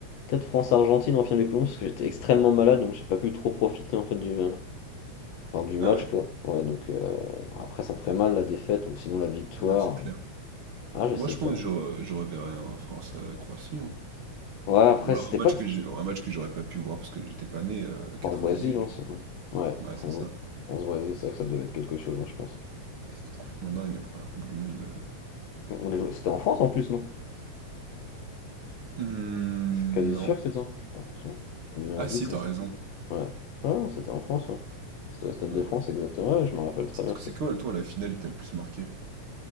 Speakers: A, on the left (about 70°); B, on the right (about 50°).
A: peut-être France-Argentine en finale de couloir, parce que j'étais extrêmement malade, donc j'ai pas pu trop profiter en fait du, euh, Enfin, du match,
B: Ah ouais?
A: quoi. Ouais, donc euh, après, ça me ferait mal la défaite ou sinon la victoire.
B: Ouais, c'est clair.
A: Ah, je
B: Moi,
A: sais
B: je
A: pas.
B: pense que je, re- je reverrais un France-Croatie. hein.
A: Ouais, après,
B: Ou alors
A: c'était
B: un match
A: pas le
B: que j'ai, un match que j'aurais pas pu voir parce que j'étais pas né, euh, 98.
A: France-Brésil, hein,
B: du
A: sinon.
B: coup.
A: Ouais,
B: Ouais,
A: France-
B: c'est ça.
A: France-Brésil, c'est ça que ça devait être quelque chose, hein, je pense.
B: Ouais, C'était complètement dingue, la première Coupe du Monde. euh.
A: On les jouait- C'était en France en plus, non?
B: Hmm,
A: Je suis quasi
B: non.
A: sûr que c'était ça. Oh, attends, je me mets un
B: Ah
A: doute.
B: si, t'as raison.
A: mais- Ouais. Ah, non, c'était en France, ouais. C'était au Stade
B: Ouais,
A: de
B: ouais.
A: France, exactement. Ouais, je me rappelle très
B: C'est
A: bien. c'était-
B: c'est quoi, toi, la finale qui t'a le plus marqué?